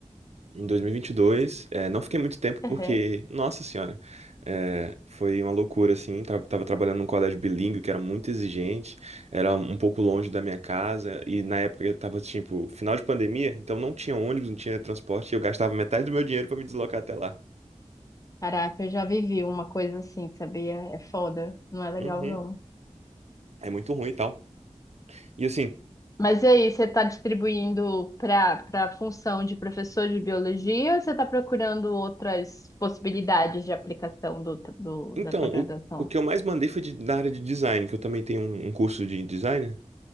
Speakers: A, on the right; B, on the left.
A: em 2022. É, não fiquei muito tempo
B: Uhum.
A: porque, nossa senhora, é, foi uma loucura, assim. Tra- Tava trabalhando num colégio bilíngue que era muito exigente, era um pouco longe da minha casa. E na época eu tava, tipo, final de pandemia, então não tinha ônibus, não tinha transporte. E eu gastava metade do meu dinheiro pra me deslocar até lá.
B: Caraca, eu já vivi uma coisa assim, sabia? É foda, não é legal
A: Uhum.
B: não.
A: É muito ruim e tal. E assim,
B: Mas e aí, você tá distribuindo para para a função de professor de biologia ou você tá procurando outras possibilidades de aplicação do, do-
A: então,
B: da tua graduação?
A: o, o que eu mais mandei foi de- na área de design, que eu também tenho um, um curso de design. né?